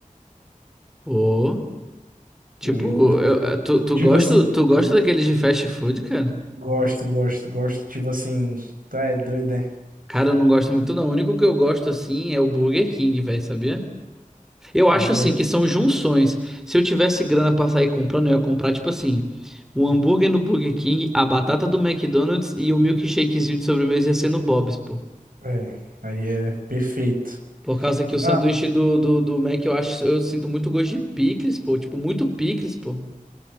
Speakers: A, in the centre; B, on the right (about 85°).
A: Pô, tipo,
B: Eu, eu curto,
A: eu-
B: eu,
A: eh, tu,
B: eu,
A: tu
B: tipo
A: gosta,
B: assim,
A: tu gosta
B: eu
A: daqueles de fast food, cara?
B: gosto, gosto, gosto, tipo assim, tá, é doido, né?
A: Cara, eu não gosto muito não. O único que eu gosto, assim, é o Burger King, velho, sabia? Eu acho,
B: Eu gosto.
A: assim, que são junções. Se eu tivesse grana pra sair comprando, eu ia comprar, tipo assim, um hambúrguer no Burger King, a batata do McDonald's e o milkshakezinho de sobremesa ia ser no Bob's, pô.
B: É, aí é perfeito.
A: Por causa que
B: Mano,
A: o sanduíche do, do, do Mac eu acho, eu sinto muito gosto de picles, pô. Tipo, muito picles, pô.